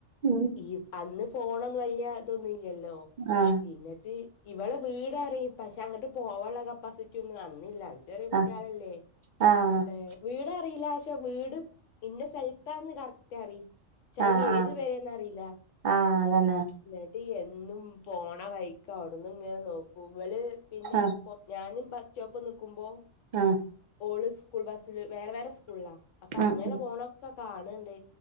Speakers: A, on the right; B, on the left.
A: ഉം
B: ഈ അന്ന് ഫോണൊന്നും വല്യതൊന്നുല്ലല്ലോ.
A: ആഹ്
B: ഇന്നിട്ട് ഇവളെ വീടറിയും പക്ഷെ അങ്ങിട്ട് പോവാള്ള കപ്പാസിറ്റി ഒന്നും അന്നില്ല. ചെറിയ
A: ആഹ്
B: കുട്ട്യാളല്ലേ
A: ആഹ് ആഹ്
B: ഏഹ് വീടറിയില്ല ച്ച വീട് ഇന്ന സ്ഥലത്താന്ന് കറക്റ്റ് അറി ക്ഷേ
A: ആഹ്
B: അയില് ഏത്
A: ആഹ്
B: പെരേന്ന് അറിയില്ല.
A: ആഹ് അതന്നെ.
B: ന്നിട്ട് എന്നും പോണ വൈക്ക അവിടന്നി ങ്ങനെ നോക്കും ഇവല് പിന്നെ
A: ആഹ്
B: പൊ ഞാനും ബസ്റ്റോപ്പ്‌ നിക്കുമ്പോ
A: ആഹ്.
B: ഓള് സ്കൂൾബസ്സില് വേറെ വേറെ സ്കൂൾലാ. അപ്പൊ
A: ഉം
B: അങ്ങനെ
A: ഉം
B: പോണൊക്കെ കാണ് ണ്ട്,